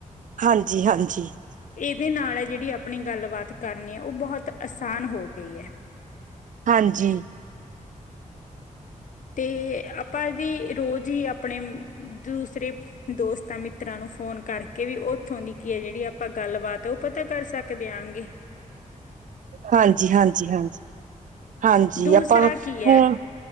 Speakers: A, on the right; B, on the left.
A: ਹਾਂਜੀ -ਹਾਂਜੀ ।
B: ਇਹਦੇ ਨਾਲ ਹੈ ਜਿਹੜੀ ਆਪਣੀ ਗੱਲਬਾਤ ਕਰਨੀ ਹੈ ਉਹ ਬਹੁਤ ਆਸਾਨ ਹੋ ਗਈ ਹੈ।
A: ਹਾਂਜੀ।
B: ਤੇ ਆਪਾਂ ਰੋਜ਼ ਹੀ ਆਪਣੇ ਦੂਸਰੇ ਦੋਸਤਾਂ ਮਿੱਤਰਾਂ ਨੂੰ ਫੋਨ ਕਰਕੇ ਵੀ ਉੱਥੋਂ ਦੀ ਕੀ ਹੈ ਜਿਹੜੀ ਆਪਾਂ ਗੱਲਬਾਤ ਆ ਉਹ ਪਤਾ ਕਰ ਸਕਦੇ ਆਗੇ।
A: ਹਾਂਜੀ ਹਾਂਜੀ ਹਾਂਜੀ। ਹਾਂਜੀ
B: ਦੂਸਰਾ
A: ਆਪਾਂ
B: ਕੀ ਹੈ
A: ਹਾਂ